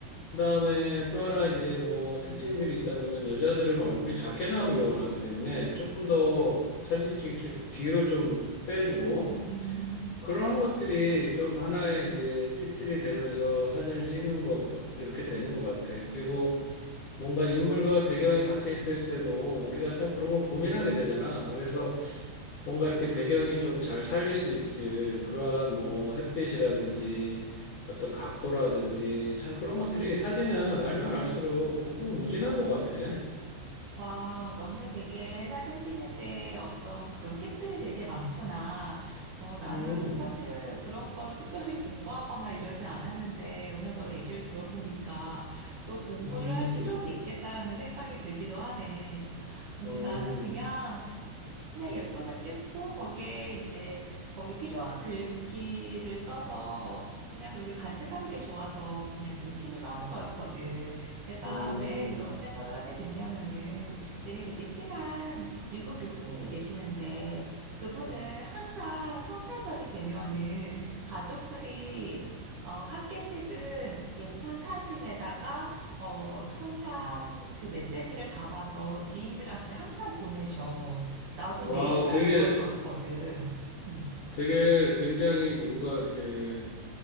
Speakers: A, on the left (about 65°); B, on the right (about 65°).
A: 그다음에 또 하나 이제 뭐 특징들이 있다면은 여자들은 얼굴이 작게 나오길 원하기 때문에 조금 더 사진 찍힐 뒤로 좀 빼주고
B: 음, 음.
A: 그런 것들이 좀 하나의 이제 팁들이 되면서 사진을 찍는 거 이렇게 되는 것 같아. 그리고 뭔가 인물과 배경이 같이 있을 때도 우리가 참 그런 걸 고민하게 되잖아. 그래서 뭔가 이렇게 배경이 좀 잘 살릴 수 있을 그러한 뭐 햇빛이라든지 어떤 각도라든지 참 그런 것들이 사진은 알면 알수록 무궁무진한 것 같아.
B: 와, 너는 되게 사진 찍는데 어떤 그런 팁들이 되게 많구나. 어, 나는
A: 음,
B: 사실 그런 거를 특별히 공부하거나 이러진 않았는데, 오늘 너 얘기를 들어보니까 또 공부를
A: 음,
B: 할 필요도 있겠다라는 생각이 들기도 하네. 음,
A: 음,
B: 나는 그냥 그냥 예쁘면 찍고 거기에 이제 거기 필요한 글귀를 써서 그냥 그렇게 간직하는 게 좋아서 그냥 그렇게 취미로 하는 거였거든. 내가
A: 음.
B: 왜 그런 생각을 하게 됐냐면은 되게 되게 친한 미국 교수님이 계시는데 그분은 항상 성탄절이 되면은 가족들이 어, 함께 찍은 예쁜 사진에다가 어, 성탄 그 메시지를 담아서 지인들한테 항상 보내셔. 나도
A: 와우,
B: 매년
A: 되게,
B: 그걸 봤거든. 음.
A: 되게 굉장히 뭔가 이렇게